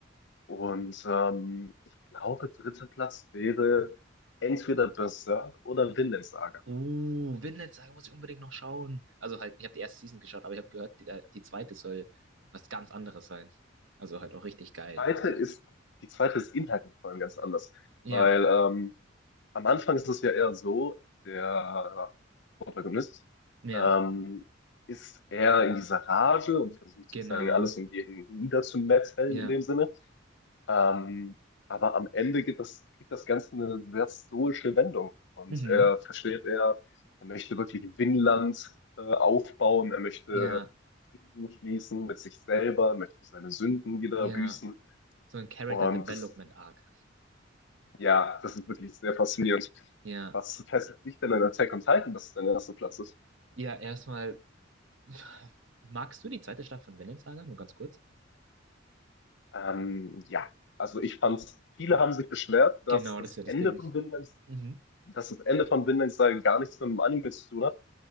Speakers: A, on the left; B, on the right.
A: Und ähm, ich glaube, dritter Platz wäre entweder Berserk oder Vinland Saga.
B: Uh, Vinland Saga muss ich unbedingt noch schauen. Also halt, ich habe die erste Season geschaut, aber ich habe gehört, die, die zweite soll was ganz anderes sein. Also halt auch richtig geil.
A: Zweite ist, die zweite ist inhaltlich vor allem ganz anders,
B: Ja,
A: weil ähm, am Anfang ist es ja eher so, der Protagonist
B: ja,
A: ähm, ist eher in dieser Rage und versucht
B: genau.
A: sozusagen alles und jeden niederzumetzeln
B: Ja,
A: in dem Sinne. Ähm, aber am Ende geht das, kriegt das Ganze eine sehr stoische Wendung. Und
B: mhm.
A: er versteht, er, er möchte wirklich Vinland äh, aufbauen, er möchte
B: Ja,
A: Frieden schließen mit sich selber, möchte seine Sünden wieder
B: ja.
A: büßen.
B: So ein Character
A: Und
B: Development
A: das,
B: Arc.
A: ja, das ist wirklich sehr faszinierend.
B: Ja.
A: Was fesselt dich denn an Attack on Titan, dass es dein erster Platz ist?
B: Ja, erstmal, <laughs> <sighs> magst du die zweite Staffel von Vinland Saga? Nur ganz kurz.
A: Ähm, ja, also ich fand, viele haben sich beschwert, dass
B: Genau,
A: das
B: das ist ja das
A: Ende
B: Ding.
A: von Vinland,
B: Mhm.
A: dass das Ende von Vinland Saga gar nichts mit dem Anime zu tun hat.